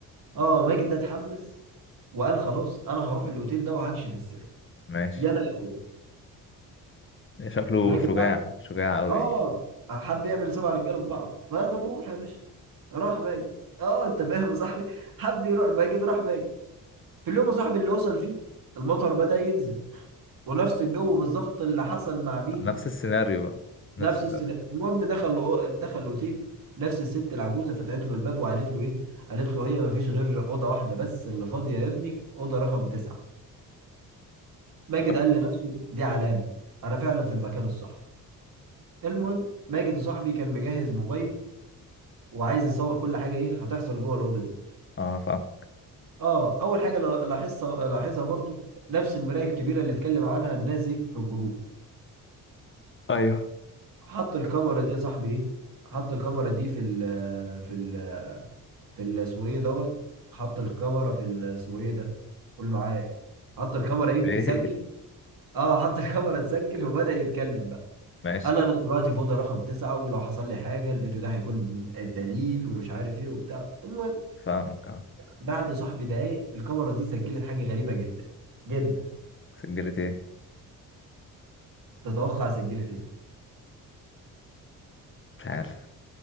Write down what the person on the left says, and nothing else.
ماشي
شكله
شجاع
شجاع قوي
يعني.
نفس السيناريو بقى نفس
السيناريو
لا
اه فاهم
ايوه
<laughs> ايه
ماشي
فاهمك اه
سجلت ايه
مش عارف